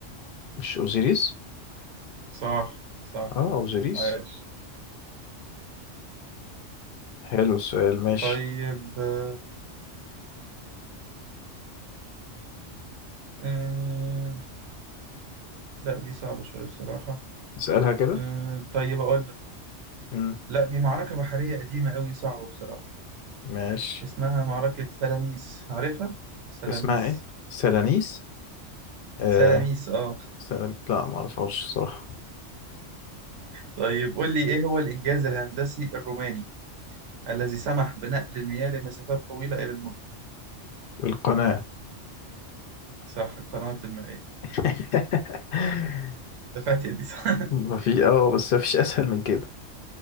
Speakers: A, on the left; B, on the right.
A: مش اوزيريس
B: صح صح
A: اه اوزيريس
B: عايش
A: حلو السؤال ماشي
B: طيب آه آه، لا دي صعبة شوية بصراحة
A: اسألها كده
B: آه طيب أقول لك
A: مم.
B: لا دي معركة بحرية قديمة أوي صعبة بصراحة
A: ماشي
B: اسمها معركة سلاميس عارفها؟ سلاميس
A: اسمها ايه سلانيس آه
B: سلاميس آه
A: سلام لا معرفهاش صراحة
B: طيب قول لي إيه هو الإنجاز الهندسي الروماني الذي سمح بنقل المياه لمسافات طويلة إلى المدن؟
A: القناة
B: صح القنوات المائية
A: <laughs>
B: ده فاتية دي صح <laughs>
A: ما في اه بس ما فيش اسهل من كده